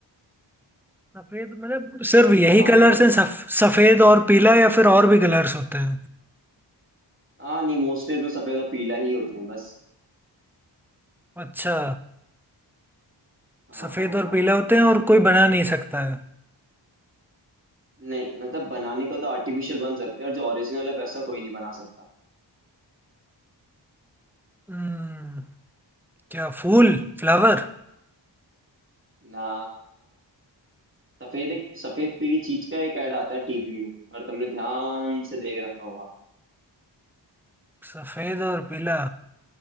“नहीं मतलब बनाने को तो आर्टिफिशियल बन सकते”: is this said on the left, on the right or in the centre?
Right